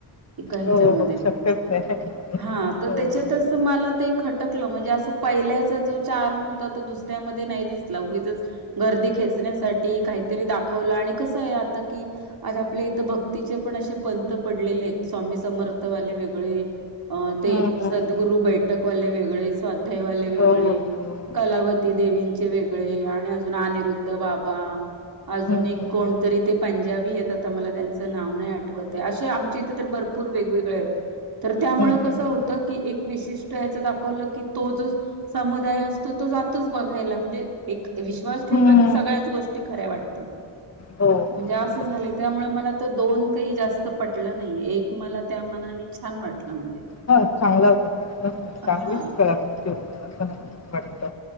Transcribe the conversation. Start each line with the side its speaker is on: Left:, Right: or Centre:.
Right: एका ह्याच्यामध्ये
Left: हो शक्यच नाही
Right: हा तर
Left: हं,
Right: त्याच्यातच
Left: हं.
Right: मला ते खट क म्हणजे अस पाहिलेच चार्म होता तो दुसऱ्यामध्ये नाही दिसला उगीचच गर्दी खेच ण्यासाठि काहीतरी दाखवलं आणि कसय आता की आ आपल्या इथ भक्तीचे पण असे पंंत पडलेलेत स्वामी समर्थवाले वेगळे अं ते
Left: हं, हं,
Right: सद्गुरू
Left: हं.
Right: बैठक वाले वेगळे स्वाध्याय वाले वेगळे
Left: हो, हो, हो, हो.
Right: कलावती देवींचे वेगळे आणि अजून अनिरुद्ध बाबा अजून
Left: हं, हं,
Right: एक
Left: हं.
Right: कोणतरी ते पंजाबी आहे आता मला त्यांचं नाव नाही आठवत आहे अे आमच्या इथे तर भरपुर पूर वेग वेगळे आहेत तर त्यामुळे
Left: हं,
Right: कस
Left: हं, हं.
Right: होत कि एक विशिष्ट या्याच दाखवलं की तो जो समुदाय असतो तो जातोच बघायला म्हणजे एक विश्वास ठेवला
Left: हम्म.
Right: की सगळ्याच गोष्टी खऱ्या वाटतात
Left: हो, हो,
Right: म्हणजे
Left: हो,
Right: अस झालय
Left: हो.
Right: त्यामुळे मला तर दोन काही जास्त पटलं नाही एक मला त्या मनाने छान वाटलं म्हणजे
Left: हा चांगला होता प्रश्नच नाही
Right: हा.
Left: चांगलीच कलाकृती होती असं खूप वाटत